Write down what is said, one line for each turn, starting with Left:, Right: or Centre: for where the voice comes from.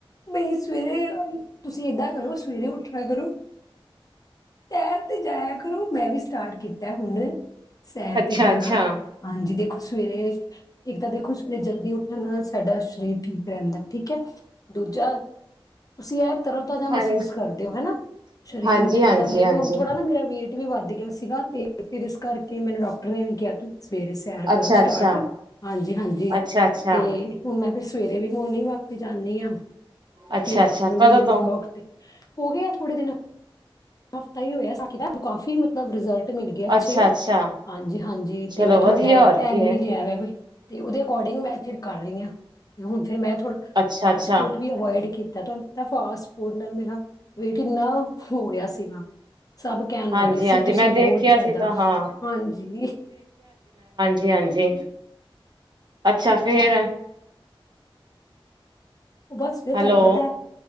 Left: ਬਈ ਸਵੇਰੇ ਤੁਸੀਂ ਏਦਾਂ ਕਰੋ ਸਵੇਰੇ ਉੱਠਿਆ ਕਰੋ ਸੈਰ ਤੇ ਜਾਇਆ ਕਰੋ। ਮੈਂ ਵੀ ਸਟਾਰਟ ਕੀਤਾ ਹੁਣ ਸੈਰ
Right: ਅੱਛਾ
Left: ਤੇ ਜਾਣਾ
Right: ਅੱਛਾ
Left: ਹਾਂਜੀ, ਦੇਖੋ ਸਵੇਰੇ ਇੱਕ ਤਾਂ ਦੇਖੋ ਸਵੇਰੇ ਜਲਦੀ ਉੱਠਣ ਨਾਲ ਸਾਡਾ ਸਰੀਰ ਠੀਕ ਰਹਿੰਦਾ ਠੀਕ ਹੈ ਦੂਜਾ ਤੁਸੀਂ ਹੈ ਤਰ੍ਹਾਂ-ਤਾਜ਼ਾ ਮਹਿਸੂਸ
Right: ਹਾਂਜੀ
Left: ਕਰਦੇਓ ਹੈਨਾ, ਸਰੀਰ
Right: ਹਾਂਜੀ
Left: ਵੀ ਇੱਕਦਮ
Right: ਹਾਂਜੀ
Left: ਦੇਖੋ
Right: ਹਾਂਜੀ
Left: ਹੁਣ ਥੋੜ੍ਹਾ ਨਾ ਮੇਰਾ ਵੇਟ ਵੀ ਵੱਧ ਗਿਆ ਸੀਗਾ ਤੇ ਫਿਰ ਇਸ ਕਰਕੇ ਮੈਨੂੰ ਡਾਕਟਰ ਨੇ ਵੀ ਕਿਹਾ ਤੁਸੀਂ ਸਵੇਰੇ ਸੈਰ ਕਰੋ
Right: ਅੱਛਾ
Left: ਸਟਾਰਟ
Right: ਅੱਛਾ
Left: ਹਾਂਜੀ-ਹਾਂਜੀ
Right: ਅੱਛਾ ਅੱਛਾ
Left: ਤੇ ਮੈਂ ਫਿਰ ਸਵੇਰੇ ਵੀ ਮੋਰਨਿੰਗ ਵਾਕ ਤੇ ਜਾਂਦੀ ਹਾਂ।
Right: ਅੱਛਾ
Left: ਤੇ ਰਾਤ
Right: ਅੱਛਾ
Left: ਨੂੰ
Right: ਕਦੋਂ
Left: ਵੀ ਈਵਨਿੰਗ
Right: ਤੋਂ
Left: ਵਾਕ ਤੇ। ਹੋ ਗਿਆ ਆ ਥੋੜੇ ਦਿਨ। ਹਫ਼ਤਾ ਹੀ ਹੋਇਆ ਸਟਾਰਟ ਕੀਤਾ, ਕਾਫੀ ਮਤਲਬ ਰਿਜ਼ਲਟ ਮਿਲ ਗਿਆ ਅੱਛੇ
Right: ਅੱਛਾ ਅੱਛਾ
Left: ਹਾਂਜੀ-ਹਾਂਜੀ, ਤੇ
Right: ਚਲੋ
Left: ਮੈਂ ਥੋੜਾ
Right: ਵਧੀਆ
Left: ਡਾਇਟ
Right: ਹੋਰ
Left: ਪਲੈਨ
Right: ਕੀ
Left: ਵੀ
Right: ਹੈ
Left: ਲਿਆ ਵਾ ਤੇ ਉਹਦੇ ਅਕੋਰਡਿੰਗ ਮੈਂ ਫਿਰ ਕਰ ਰਹੀ ਹਾਂ, ਤੇ ਹੁਣ ਫਿਰ ਮੈਂ ਥੋੜਾ
Right: ਅੱਛਾ
Left: ਫਾਸਟ
Right: ਅੱਛਾ
Left: ਫੂਡ ਵੀ ਅਵਇਡ ਕੀਤਾ। ਤਦਾ ਫਾਸਟ ਫੂਡ ਨਾਲ ਮੇਰਾ ਵੇਟ ਇੰਨਾ ਹੋ ਗਿਆ ਸੀ। ਸੀਗਾ ਸਭ ਕਹਿਣ
Right: ਹਾਂਜੀ
Left: ਲੱਗ ਗਏ ਸੀ
Right: ਹਾਂਜੀ
Left: ਤੁਸੀਂ
Right: ਮੈਂ ਦੇਖਿਆ
Left: ਬਹੁਤ ਜ਼ਿਆਦਾ,
Right: ਸੀ ਤਾਂ ਹਾਂ
Left: ਹਾਂਜੀ।
Right: ਜੀ ਹਾਂਜੀ ਅੱਛਾ, ਫੇਰ
Left: ਉਹ ਬਸ ਫਿਰ
Right: ਹੈਲੋ
Left: ਤੁਹਾਨੂੰ ਪਤਾ ਹੈ